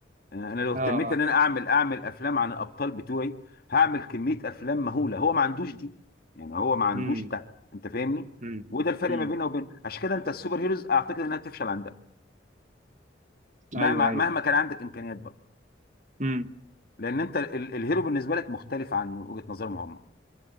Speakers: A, on the left; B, on the right.
A: آه، انا لو اهتميت
B: اه
A: ان انا اعمل اعمل افلام عن الابطال بتوعي هعمل كميه افلام مهوله هو ما عندوش دي يعني هو ما عندوش
B: مم.
A: ده انت فاهمني
B: مم.
A: وده الفرق
B: مم.
A: ما بيننا وبين عشان كده انت السوبر هيروز اعتقد انها تفشل عندها مهما
B: ايوه ايوه
A: مهما كان عندك امكانيات برضه
B: امم
A: لان انت ال- الهيرو بالنسبه لك مختلف عن وجهه نظرهم هم